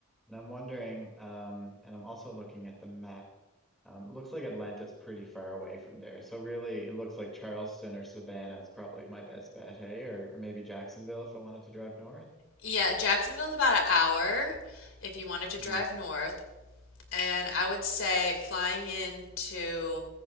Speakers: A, in the centre; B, on the left (about 65°).
A: and I'm wondering, um, and I'm also looking at the map. Um, looks like Atlanta's pretty far away from there. So really, it looks like Charleston or Savannah is probably my best bet, hey? Or, or maybe Jacksonville if I wanted to drive north.
B: Yeah, Jacksonville's about an hour if you wanted to
A: Hmm.
B: drive north. And I would say flying into